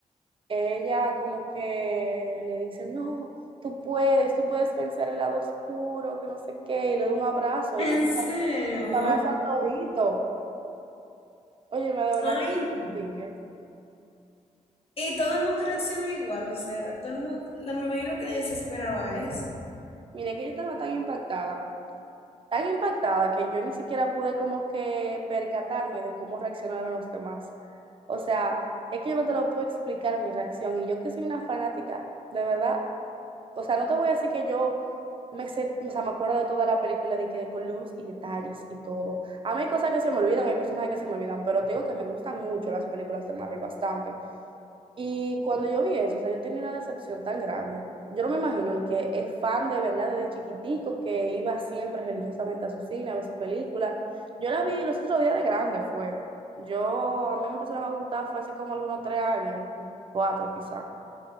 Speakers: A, on the right; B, on the left.
A: ella como que le dice, no, tú puedes, tú puedes vencer el lado oscuro, que no sé qué, y le da un abrazo
B: ¿En
A: y se
B: serio?
A: abrazan todito. Oye, me de
B: Ay,
A: la
B: no.
A: pique.
B: Y todo el mundo reaccionó igual, o sea, todo el mundo, la- me imagino que nadie se esperaba eso.
A: Mire que yo estaba tan impactada, tan impactada que yo ni siquiera pude como que percatarme de cómo reaccionaron los demás. O sea, es que yo no te lo puedo explicar mi reacción. Y yo que soy una fanática, de verdad. O sea, no te voy a decir que yo me sé, o sea, me acuerdo de toda la película de que con lujos y detalles y todo. A mí hay cosas que se me olvidan, hay personajes que se me olvidan, pero te digo que me gustan mucho las películas de Marvel, bastante. Y cuando yo vi eso, o sea, yo tenía una decepción tan grande. Yo no me imagino el que es fan de verdad desde chiquitico, que iba siempre religiosamente a su cine a ver su película. Yo la vi los otros días de grande, fue. Yo, a mí me empezaron a gustar, fue hace como algunos tres años, o cuatro quizás.